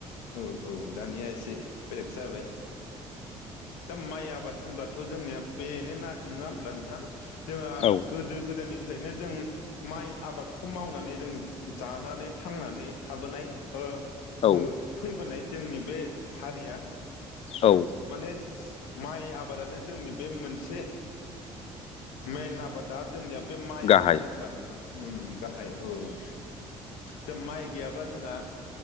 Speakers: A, on the left (about 85°); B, on the left (about 55°).
A: औ औ दानिया एसे बेलेग जाबाय दा माइ आबाद होनबाथ' जोंनिया बेनोना नङा होमब्ला नोंथां? जोंया
B: औ
A: गोदो गोदायनिफ्रायनो जों माइ आबादखौ मावनानै जोङो जानानै थांनानै थाबोनाय ओ
B: औ
A: ओ फैबोनाय। जोंनि बे हारिया
B: औ
A: माने स माइ आबादानो जोंनि बे मोनसे मेन आबादा जोंनिया बे माइयानो
B: गाहाय
A: नङा होमबा नोंथां? उम गाहाय। औ जा माइ गैयाब्ला जोंहा